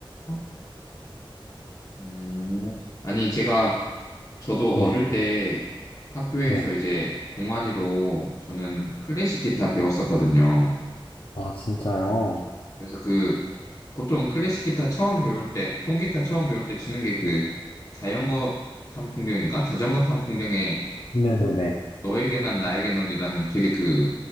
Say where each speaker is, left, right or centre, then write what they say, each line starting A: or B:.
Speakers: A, on the left; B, on the left.
A: 아, 음. 아니, 제가, 저도
B: 네,
A: 어릴 때 학교에서
B: 네.
A: 이제 동아리로 저는 클래식 기타 배웠었거든요.
B: 아, 진짜요?
A: 그래서 그, 보통 클래식 기타 처음 배울 때, 통기타 처음 배울 때 치는 게 그, 자전거 탄 풍경인가? 자전거 탄 풍경에
B: 네네네.
A: 너에게 난 나에게 넌이라는 되게 그,